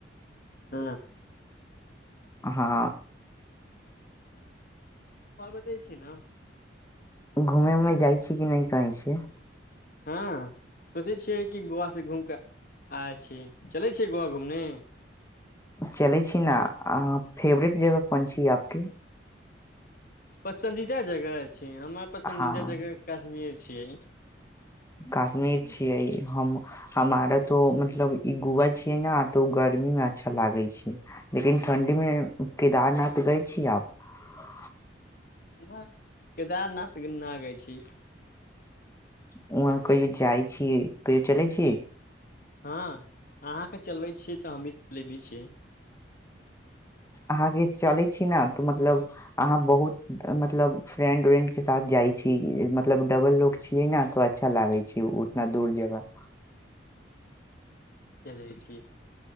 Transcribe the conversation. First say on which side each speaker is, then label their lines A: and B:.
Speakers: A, on the left; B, on the left.
A: अ
B: ऑंहा
A: ओर बतै छ ने
B: घूमे उमे जाइ छी कि नहि कहै छै
A: हँ सोचै छियै कि गोव से घूम कऽ आ छी चलै छि गोवा घूमने
B: चलै छी न फेवरेट जगह कोन छ आपके
A: पसन्दीदा जगह हमर पसन्दीदा
B: हँ
A: जगह कश्मीर छियै
B: कश्मीर छियै हम हमारा तऽ मतलब ई गुआ छियै ने तऽ ओ गर्मीमे अच्छा लागै छै लेकिन ठण्ढीमे केदारनाथ गै छियै आब
A: नहि केदारनाथ ग न गै छी
B: वहाँ कहियो जाइ छी कहियो चलै छी
A: हँ अहाँके चलबै छियै तऽ हमही चलेबी छियै
B: अहाँके चलै छी ने तऽ मतलब अहाँ बहुत मतलब फ्रेंड उ्रेंड के साथ जाइ छी मतलब डबल लोको छियै ने तऽ अच्छा लागै छै उतना दूर जगह
A: चलै छी